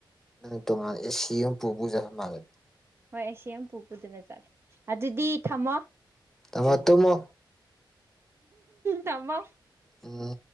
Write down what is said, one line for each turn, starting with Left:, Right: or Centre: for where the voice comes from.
Centre: ꯅꯪ ꯇꯣꯉꯥꯟꯅ ꯑꯦ ꯁꯤ ꯑꯃ ꯄꯨ ꯄꯨꯖꯠꯂ ꯃꯥꯜꯂꯦ
Right: ꯍꯣꯏ ꯑꯦ ꯁꯤ ꯌꯥꯝ ꯄꯨ ꯄꯨꯗꯅ ꯆꯠꯂꯦ ꯑꯗꯨꯗꯤ ꯊꯝꯃꯣ
Centre: ꯊꯝꯃ ꯇꯨꯝꯃꯣ
Right: ꯊꯝꯃꯣ
Centre: ꯎꯝ